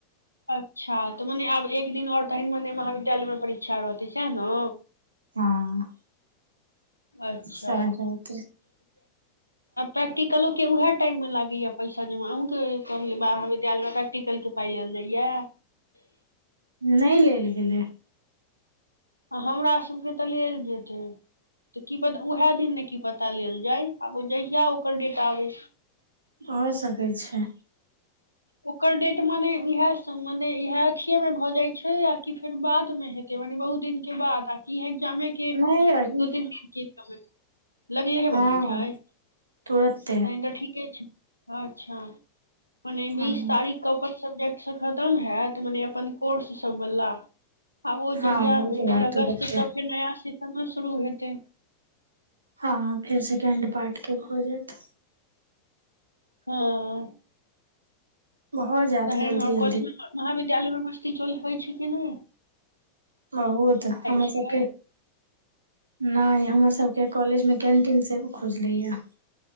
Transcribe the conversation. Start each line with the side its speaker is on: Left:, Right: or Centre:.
Left: अच्छा तऽ मने आब एक दिन आओर तहन मने महाविद्यालय मे परीक्षा रहतै सएह ने
Right: हँ
Left: अच्छा
Right: सएह रहतै
Left: प्रैक्टिकलो के उएह टाइम मे लागैएा पैसा जमा अहुँ के कही बाह विद्यालय टिकल के पाइ लेल जाइया
Right: नै लेल गेलै
Left: आ हमरा सभके तऽ लेल जेतै त की पता उएह दिन ने की पता लेल जाय आब ओ जहिया ओकर डेट आबै
Right: भऽ सकैत छै
Left: ओकर डेट मने इह सब मने इएह अथय मे भऽ जाय छै आ कि फेर बाद मे हे मने बहुत दिन के बाद आ की एग्जामे के
Right: नहि अही
Left: दू तीन दिन क एज लगलेहे
Right: हँ
Left: बने छै
Right: तुरते
Left: तनी ठीके छै अच्छा मने बीस
Right: हँ
Left: तारीख के अपन सब्जेक्ट सब खतम होयत मने अपन कोर्स सब बला आ ओ
Right: हँ
Left: जहिया
Right: ओहिके
Left: हइ
Right: बाद
Left: फेर अगस्त
Right: तो बच्चे
Left: से त फेर नया सेशनो शुरू हेतै
Right: हँ फेर सेकेण्ड पार्ट के भऽ जैत
Left: हं
Right: भऽ जायत
Left: तेमे
Right: जल्दी
Left: ओर
Right: जल्दी
Left: कॉलेज महाविद्यालय में भर्ती चोल होइ छै कि ने
Right: ओ ओ त हम
Left: छियै
Right: सबके न हमर सबके कॉलेज में कैंटीन से खुजले यै